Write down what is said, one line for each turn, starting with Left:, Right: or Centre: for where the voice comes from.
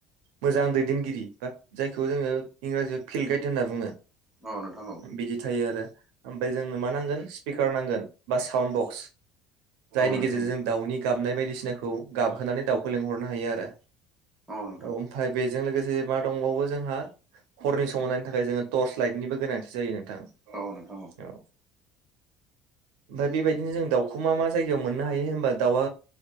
Right: मोजां दैदेनगिरि बा जायखौ जोङो इंराजियाव फिल्ड गाइद होनना बुङो
Centre: औ नोंथां औ
Right: बिदि थायो आरो, ओमबाय जोंनो मा नांगोन स्पिकार नांगोन बा साउन्द बक्स, जायनि
Centre: औ नोंथां
Right: गेजेरजो जों दाउनि गाबनाय बायदिसिनाखौ गाबहोनानै दाउखौ लिंहरनो हायो आरो।
Centre: औ औ नोंथां
Right: ओमफाय बेजों लोगोसे मा दंबावो जोंहा हरनि समाव नायनो थाखाय जोङो टर्च लाइटनिबो गोनांथि जा यो नोंथां।
Centre: औ औ नोंथां
Right: औ ओमफाय बेबायदिनो जों दाउखौ मा मा जायगायाव मोननो हायो होनबा दाउआ